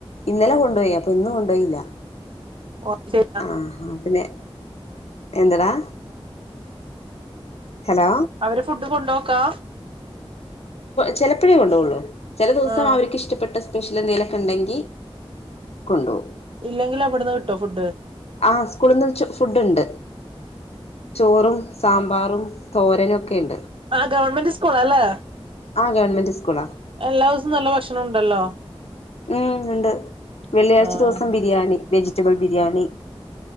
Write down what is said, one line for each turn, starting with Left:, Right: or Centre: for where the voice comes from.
Left: ഇന്നലെ കൊണ്ടുപോയി അപ്പൊ ഇന്നും കൊണ്ടുപോയില്ല
Right: കൊറച്ച്
Left: ആഹ് ആഹ് പിന്നെ എന്തടാ ഹലോ
Right: അവര് ഫുഡ് കൊണ്ടോക്കാ
Left: ചെലപ്പഴേ കൊണ്ടോവൊള്ളു ചെല ദിവസം
Right: ആഹ്
Left: അവര്ക്ക്ഷ്ടപ്പെട്ട സ് സ്പെഷ്യല് എന്തേലൊക്കെണ്ടെങ്കി കൊണ്ടോവും
Right: ഇല്ലെങ്കിലവ്ട്ന്ന് കിട്ടോ ഫുഡ്
Left: ആ സ്കൂള്ന്ന് ചോ ഫുഡ്ണ്ട് ചോറും സാമ്പാറും തോരനൊക്കെണ്ട്
Right: ആ ഗവണ്മെന്റ് സ്കൂളാല്ലേ
Left: ആ ഗവൺമെന്റ് സ്കൂളാ
Right: എല്ലാസം നല്ല ഭക്ഷണം ണ്ടല്ലോ
Left: ഉം ഉണ്ട് വെള്ളിയാഴ്ച
Right: ആഹ്
Left: ദിവസം ബിരിയാണി വെജിറ്റബിൾ ബിരിയാണി